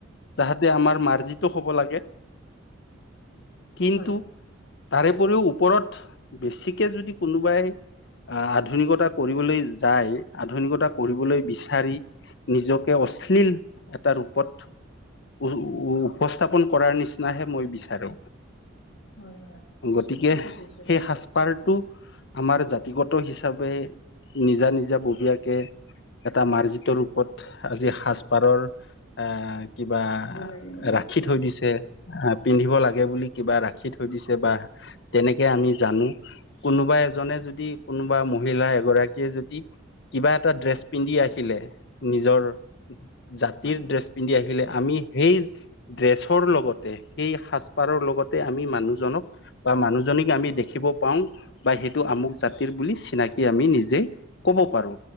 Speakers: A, on the left; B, on the left.
A: যাহতে আমাৰ মাৰ্জিত হ'ব লাগে। কিন্তু
B: হয়
A: তাৰেপৰিও ওপৰত বেছিকে যদি কোনোবাই- আহ আধুনিকতা কৰিবলৈ যায়, আধুনিকতা কৰিবলৈ বিচাৰি- নিজকে অশ্লীল এটা ৰূপত- উ উপস্থাপন কৰাৰ নিচিনাহে মই বিচাৰোঁ।
B: হয় হয়
A: গতিকে
B: ঠিকে কৈছে
A: সেই সাজ- পাৰটো আমাৰ জাতিগত হিচাপে নিজা, নিজা ববীয়াকে- এটা মাৰ্জিত ৰূপত আজি সাজপাৰৰ আহ কিবা ৰা-
B: দিব লাগে ন
A: ৰাখি থৈ দিছে আহ, পিন্ধিব লাগে বুলি কিবা ৰাখি থৈ দিছে বা- তেনেকে আমি জানো। কোনোবা এজনে যদি, কোনোবা মহিলা এগৰাকীয়ে যদি- কিবা এটা ড্ৰেছ পিন্ধি আহিলে নিজৰ জাতিৰ
B: হয়
A: ড্ৰেছ পিন্ধি আহিলে আমি সেই ড্ৰেছৰ লগতে সেই সাজ পাৰৰ লগতে আমি মানুহজনক বা মানুহজনীক আমি দেখিব পাওঁ বা সেইটো আমুক জাতিৰ বুলি চিনাকি আমি নিজেই ক'ব পাৰো